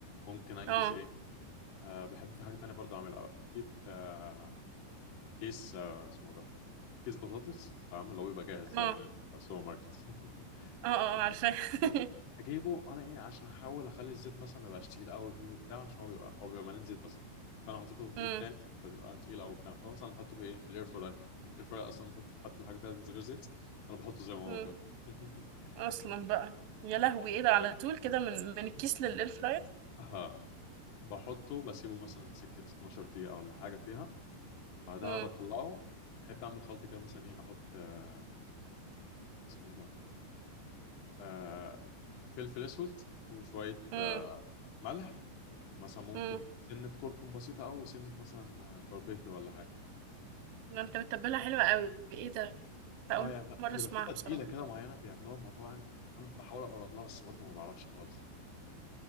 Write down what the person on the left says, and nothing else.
ممكن انجز
ايه أه بحب في حاجة تانية برضو اعملها اجيب أه كيس آه، اسمه ده كيس بطاطس تمام اللي هو بيبقى جاهز
ده
من السوبر ماركت <laughs>
تمام.
اجيبه انا ايه عشان احاول اخلي الزيت مثلا ما يبقاش تقيل قوي فيه وبتاع عشان هو بيبقى هو بيبقى مليان زيت اصلا فانا حطيته في زيت
تاني فبيبقى تقيل قوي وبتاع فمثلا احطه في ايه في الاير فراير الاير فراير اصلا المفروض تحط الحاجة فيها غير زيت انا بحطه زي ما هو
كده <laughs>
اه بحطه بسيبه مثلا سكة 12 دقيقة ولا حاجة فيها بعدها
بطلعه بحب أعمل خلط كده مثلا إيه أحط آه، اسمه ده آه، فلفل أسود وشوية
آه، ملح مثلا ممكن
سنة كركم بسيطة أوي وسنة مثلا آه، باربيكيو ولا حاجة
اه
يعني لأ،
بيبقى
في تتبيلة
كده معينة بيعملوها المطاعم أنا بحاول أقرب لها بس برضه ما بعرفش خالص